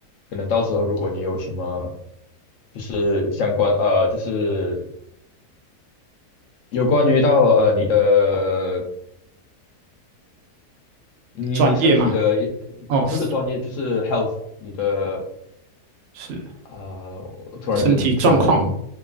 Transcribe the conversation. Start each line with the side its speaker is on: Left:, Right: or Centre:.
Left: 可能到时候，如果你有什么，就是相关，呃，就是有关于到呃你的，你你身体的一，
Right: 专业嘛，哦，是。
Left: 不是专业，就是 health，你的
Right: 是
Left: 啊、我突然间，
Right: 身体状况、
Left: 突然间，